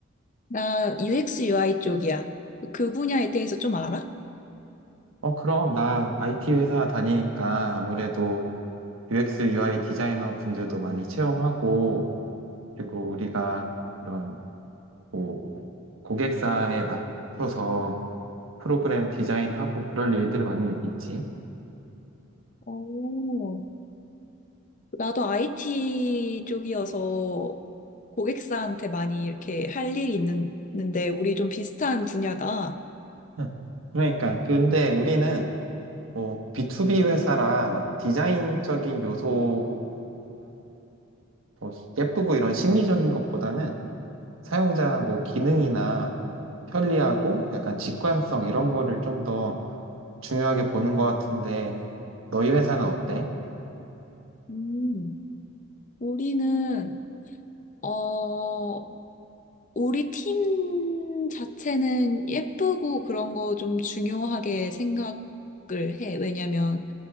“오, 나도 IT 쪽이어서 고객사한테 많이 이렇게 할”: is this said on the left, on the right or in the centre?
Left